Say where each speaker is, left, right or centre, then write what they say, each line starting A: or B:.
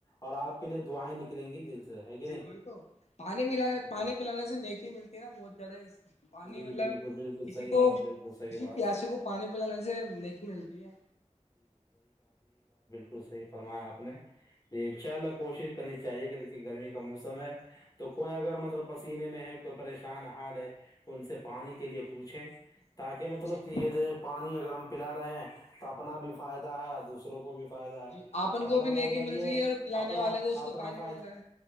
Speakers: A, on the left (about 30°); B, on the left (about 60°).
A: اور آپ کے لیے دائیں نکل کلیں گی دل سے ہے کہ
B: جی
A: نہیں
B: وہی تو پانی ملان پانی
A: جی
B: پلانے سے نیکی ملتی ہے نا بہت زیادہ پانی
A: جی
B: مطلب
A: بالکل بالکل
B: کسی
A: صحیح
B: کو
A: بات ہے بالکل صحیح
B: کسی
A: بات
B: پیاسے کو پانی پلانے سے نیکی ملتی ہے
A: توسی <unintelligible> فرمایا آپ نے جی ان شاء اللہ کوشش کرنی چاہیے کہ دیکھی کہ گرمی کا موسم ہے تو کوئی اگر مطلب پسینے میں ہے کوئی پریشان حال ہے تو ان سے پانی کے لیے پوچھیں تاکہ مطلب
B: جی
A: کہ یہ د پانی اگر ہم پلا رہے ہیں تو اپنا بھی فائدہ ہے دوسروں کو بھی فائدہ
B: جی آپن
A: اپنا
B: کو بھی نیکی
A: فائدہ یہ
B: مل رہی ہے اور پلانے
A: اپنا
B: والے کو اس
A: اپنا
B: کو پانی
A: فائدہ
B: مل رہا ہے